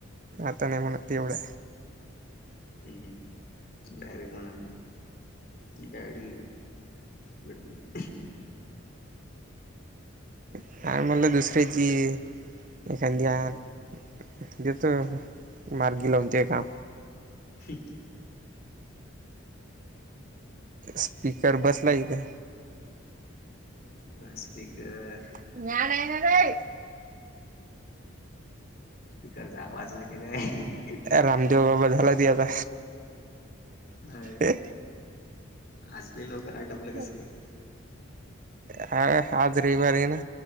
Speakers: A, on the right; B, on the left.
A: आता नही म्हणत, ते एवढं.
B: हम्म हम्म, डायरेक्ट म्हणाल गाडी, बीड नही.
A: हां, म्हणलं दुसऱ्याची ये, <unintelligible>
B: हम्म
A: देतो, मार्गी लावून ते काम.
B: <unintelligible>
A: स्पीकर बसला हीथ.
B: मां स्पीकर
A: <unintelligible>
B: तिकडचा आवाज येते का, काय?
A: रामदेवबाबां झाला, त्यो आता.
B: अ
A: ह्हणणं.
B: आजले लवकर आटपलं कस
A: <unintelligible>
B: काय
A: हा, आज रविवार ये ना?